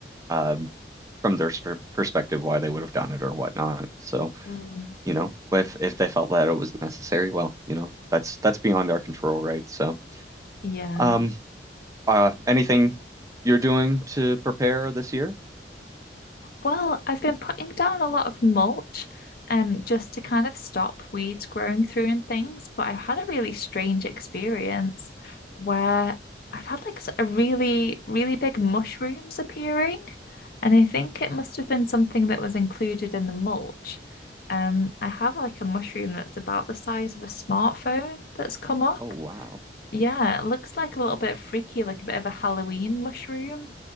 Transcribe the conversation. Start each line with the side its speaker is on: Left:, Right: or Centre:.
Right: um, from their sp perspective why they would have done it or whatnot. So,
Left: Mm,
Right: you know, if if they felt that it was necessary, well, you know, that's that's beyond our control, right? So,
Left: yeah.
Right: um, uh, anything you're doing to prepare this year?
Left: Well, I've been putting down a lot of mulch, um, just to kind of stop weeds growing through and things. But I've had a really strange experience where I've had like s- a really, really big mushrooms appearing, and I think it must have been something that was included in the mulch. Um, I have like a mushroom that's about the size of a smartphone that's come up.
Right: Oh, wow.
Left: Yeah, it looks like a little bit freaky, like a bit of a Halloween mushroom.